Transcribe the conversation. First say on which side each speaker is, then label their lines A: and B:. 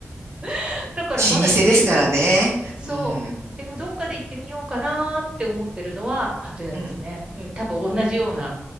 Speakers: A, on the right (about 20°); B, on the right (about 75°).
A: <laughs> だからまだ行けず。
B: 老舗ですからね。
A: そう。
B: うん。
A: でもどっかで行ってみようかなって思ってるのは鳩屋ですね。
B: うん。
A: うん、多分同じような。